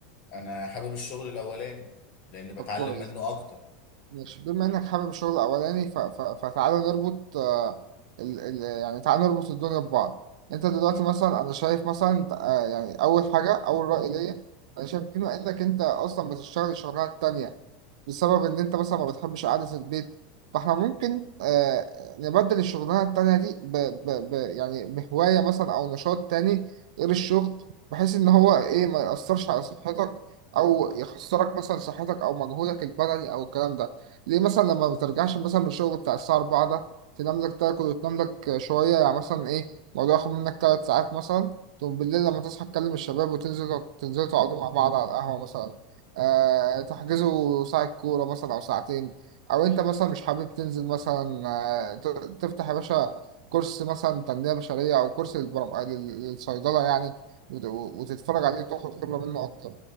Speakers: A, on the left; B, on the right.
A: انا حابب الشغل الاولاني لان بتعلم
B: طب كويس
A: منه اكتر
B: ماشي بما انك حابب الشغل الاولاني ف... ف... فتعالى نربط آه، ال... ال... يعني تعالى نربط الدنيا ببعض انت دلوقتي
A: مم.
B: مثلا انا شايف مثلا آه، يعني اول حاجه اول راي ليا انا شايف بما انك انت اصلا بتشتغل الشغلانه التانيه بسبب ان انت مثلا ما بتحبش قعده البيت فاحنا ممكن آه، نبدل الشغلانه التانيه دي ب... ب... ب... يعني بهوايه مثلا او نشاط تاني غير الشغل بحيث ان هو ايه ما يأثرش على صحتك او يخسرك مثلا صحتك او مجهودك البدني او الكلام ده ليه مثلا لما بترجعش مثلا من الشغل بتاع الساعة 4 ده تنام لك تاكل وتنام لك شوية يعني مثلا إيه الموضوع ياخد منك تلات ساعات مثلا طب بالليل لما تصحى تكلم الشباب وتنزلوا تنزلوا تقعدوا مع بعض على القهوة مثلا آه تحجزوا ساعة كورة مثلا أو ساعتين أو أنت مثلا مش حابب تنزل مثلا آه ت- تفتح يا باشا كورس مثلا تنمية بشرية أو كورس للبرم- لل- للصيدلة يعني وت- وتتفرج عليه وتاخد خبرة منه أكتر